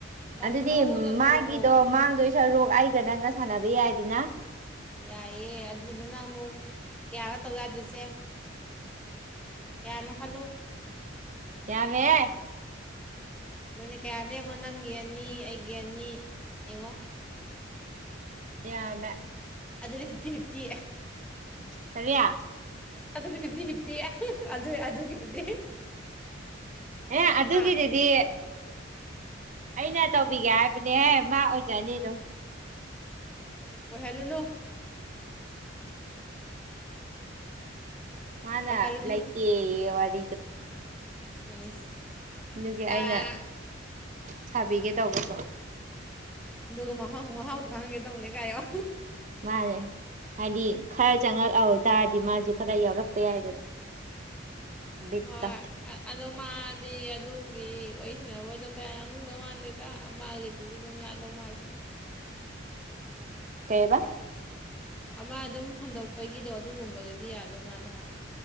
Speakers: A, in the centre; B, on the right.
A: ꯄꯪꯂꯧꯗ
B: ꯑꯗꯨꯗꯤ ꯃꯥꯒꯤꯗꯣ
A: ꯂꯧꯔꯛꯑꯣ
B: ꯃꯥꯡꯗꯣꯏ ꯁꯔꯨꯛ ꯑꯩꯒ ꯅꯪꯒ ꯁꯥꯟꯅꯕ ꯌꯥꯏꯗꯅ
A: ꯌꯥꯏꯌꯦ ꯑꯗꯨꯗꯨꯅ ꯑꯃꯨꯛ ꯀꯌꯥꯅꯣ ꯇꯧ ꯌꯥꯗꯣꯏꯁꯦ ꯀꯌꯥꯅꯣ ꯈꯜꯂꯨ
B: ꯌꯥꯝꯃꯦꯍꯦ
A: ꯑꯗꯨꯅꯦ ꯀꯌꯥꯅꯣ ꯌꯦꯡꯉꯨ ꯅꯪꯒꯤ ꯑꯅꯤ ꯑꯩꯒꯤ ꯑꯅꯤ ꯌꯦꯡꯉꯣ
B: ꯌꯥꯝꯃꯦ
A: ꯑꯗꯨꯗꯤ ꯐꯤꯞꯇꯤ ꯐꯤꯞꯇꯤ
B: ꯀꯔꯤꯌꯥ
A: ꯑꯗꯨꯗꯤ ꯐꯤꯞꯇꯤ ꯐꯤꯞꯇꯤ ꯑꯗꯨ ꯑꯗꯨꯒꯤꯗꯨꯗꯤ
B: ꯑꯦ ꯑꯗꯨꯒꯤꯗꯨꯗꯤ
A: ꯍꯥ
B: ꯑꯩꯅ ꯇꯧꯕꯤꯒꯦ ꯍꯥꯏꯕꯅꯦꯍꯦ ꯃꯥ ꯑꯣꯏꯖꯥꯅꯤꯗꯨꯝ
A: ꯑꯣꯏꯍꯜꯂꯨꯅꯨ
B: ꯃꯥꯅ
A: ꯑꯣꯏꯍꯜꯂꯨꯅꯨ
B: ꯂꯩꯇꯦ ꯌꯦ ꯋꯥ <inaudible>
A: ꯏꯁ
B: ꯑꯗꯨꯒꯤ
A: ꯑꯥ
B: ꯑꯩꯅ ꯁꯥꯕꯤꯒꯦ ꯇꯧꯕꯁꯨ
A: ꯑꯗꯨꯒ ꯃꯍꯥꯎ ꯃꯍꯥꯎꯗꯨ ꯈꯪꯍꯟꯒꯦ ꯇꯧꯕꯅꯤ ꯒꯥꯏ ꯍꯥꯏꯌꯣ
B: ꯃꯥꯅꯦ ꯍꯥꯏꯗꯤ ꯈꯔ ꯆꯪꯉꯛ ꯑꯧ ꯇꯥꯔꯗꯤ ꯃꯥꯖꯨ ꯈꯔ ꯌꯥꯎꯔꯛꯄ ꯌꯥꯏꯗꯅ ꯕꯤꯠꯇꯣ
A: ꯍꯣꯏ ꯑ ꯑꯗꯣꯃꯥꯗꯤ ꯑꯗꯨ ꯒꯤ ꯋꯥꯔꯤ ꯁꯥꯟꯅꯕꯗꯣ ꯀꯌꯥ ꯌꯥꯎꯅꯤꯡꯗꯧ ꯃꯥꯟꯗꯦꯗ ꯑꯃꯒꯤꯗꯨꯗꯤ ꯑꯗꯨꯝ ꯌꯥꯗꯧ ꯃꯥꯜꯂꯦ
B: ꯀꯩꯕ
A: ꯑꯃ ꯑꯗꯨꯝ ꯍꯟꯗꯣꯛꯄꯒꯤꯗꯣ ꯑꯗꯨꯒꯨꯝꯕꯗꯨꯗꯤ ꯌꯥꯗꯧ ꯃꯥꯜꯂꯦ ꯍꯥꯏꯕ